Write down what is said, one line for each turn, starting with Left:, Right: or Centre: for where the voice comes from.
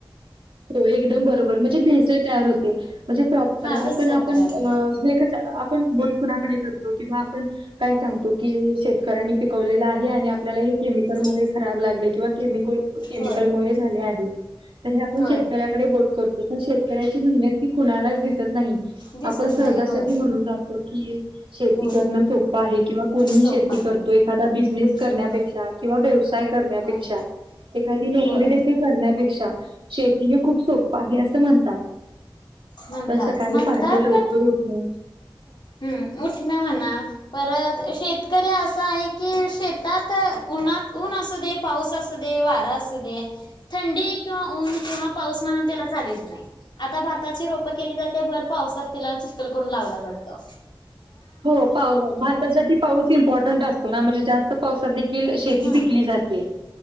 Right: एकम बरोबर म्हणजे भेस ते तयार होते म्हणजे प्रॉपर
Left: हा भेसळते
Right: आपण आपण
Left: अरे
Right: म्हणजे कस आपण बोलतो ना, करतो किंवा आपण काय सांगतो की शेतकऱ्यांनी पिकवलेल आहे आणि आप ल्याला हे केमिकल
Left: हम्म
Right: मुळे खराब लागले किंवा केमिकल केमिकलमुळे
Left: होय
Right: झाले आहे तर आ पण
Left: होय
Right: शेतकऱ्याकडे बोट करतो पण शेतकऱ्याची मेहनत ही कुणालाच दिसत नाही
Left: दिसत
Right: आपण सहजासहजी
Left: नाही होय
Right: म्हणून जातो. की शेती
Left: होय
Right: करण सोपं आहे किंवा कोणीही
Left: सोपा
Right: शेती
Left: आहे
Right: करतो एखादा बिझनेस करण्यापेक्षा
Left: होय
Right: किंवा व्यव साय करण्यापेक्षा,
Left: होय
Right: एखादी नोकरी
Left: होय
Right: देखील करण्यापेक्षा शेती हे खूप सोप्पं आहे असं म्हणतात.
Left: म्हणतात
Right: पण सकाळी
Left: म्हणतात
Right: पहाटे लवकर
Left: पण
Right: उठुण
Left: हम्म उठ ना म्हणा परत शेतकरी असं आहे की शेतात उन्हात, ऊन असू दे, पाऊस असू दे वारा असू दे थंडी किंवा ऊन किंवा पाऊस म्हणून त्याला चालत नाही. आता भात ताची रोप केली जाते भर पावसात त्याला चिख्खल करून लावलं जातं.
Right: हो पाउ भारतासाठी पाऊस इम्पॉर्टंट असतो ना म्हणजे जास्त पावसात देखील शेती
Left: हम्म
Right: पिकली जात. ते